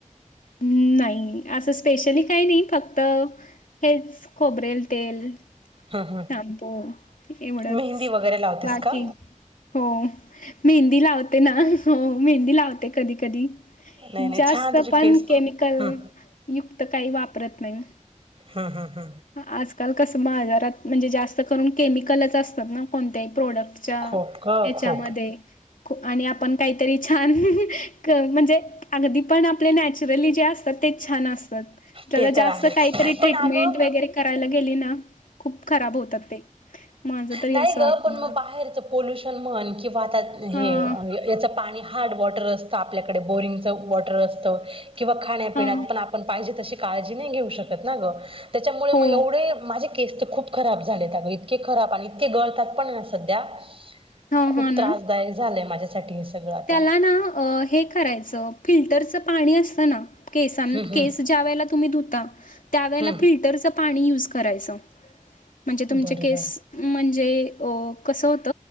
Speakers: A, on the left; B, on the right.
A: हम् नाही असं स्पेशली काही नाही फक्त. हेच खोबरेल तेल.
B: हं हं
A: ताम्पू एवढंच
B: मेहंदी वगैरे लावतेस
A: बाकी.
B: का
A: हो मेहंदी लावते ना हो मेहंदी लावते. कधी कधी
B: नाही नाही
A: जास्त.
B: छान तुझे
A: पण
B: केस
A: केमिकल
B: हं
A: युक्त काही वापरत नाही.
B: हं हं
A: आजकाल कसं बाजारात म्हणजे जास्त करून केमिकलच असतात ना कोणत्याही प्रोडक्ट. च्या
B: खूप ग
A: याच्यमध्ये
B: खूप
A: आणि आपण काहीतरी छान म्हणजे अगदी पण जे नॅचरली जे असतात तेच छान असतात. त्या
B: ते तर
A: जास्त
B: आहेच
A: काहीतरी ट्रीटमेंट
B: पण अगं
A: वगैरे करायला गेली ना खूप खराब होतात ते. माझ तरी
B: नाही
A: असं
B: ग
A: वाटतं
B: पण
A: मला.
B: मग बाहेरचं पोल्युशन म्हण किंवा वातता हे
A: हा
B: याचा- पाणी हार्ड वॉटर असत आपल्याकडे बोरिंगच वॉटर असत किंवा खाण्यापिण्यात
A: हा
B: पण. पाहिजे तशी काळजी नाही घेऊ शकत ना ग त्याच्यामुळे
A: हो
B: मग एवढे. माझे केस तर खूप खराब झालेत अग इतके खराब आणि इतके गळतात पण ना सध्या.
A: हा
B: खूप
A: हा
B: त्रासदायक
A: ना.
B: झालंय माझ्यासाठी हे सगळं. आता
A: त्याला ना हे करायचं फिल्टरचं पाणी असतं ना. केसांना
B: हम्म
A: केस
B: हम्म
A: ज्या वेळेला तुम्ही धुता त्या वेळेला
B: हम्म
A: फिल्टर पाणी यूज करायचं म्हणजे तुमचे
B: बरं
A: केस.
B: बरं
A: म्हणजे कस होत